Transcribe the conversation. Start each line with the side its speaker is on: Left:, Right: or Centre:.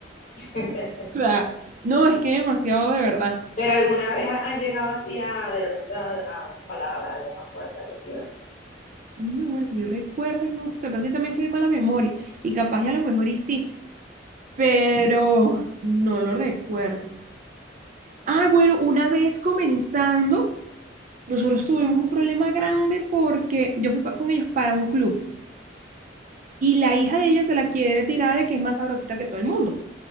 Left: <laughs>
Right: <laughs> O sea, no, es que demasiado de verdad.
Left: Pero alguna vez han llegado así a, de repente, a, a unas palabras, algo más fuerte, algo así, ¿o no?
Right: No, bueno, que yo recuerde, no sé, pero es que también soy de mala memoria. Y capaz ya a lo mejor y sí, pero no lo recuerdo. Ah, bueno, una vez comenzando. Nosotros tuvimos un problema grande porque yo fui pa- con ellos para un club y la hija de ella se la quiere tirar de que es más sabrosita que todo el mundo.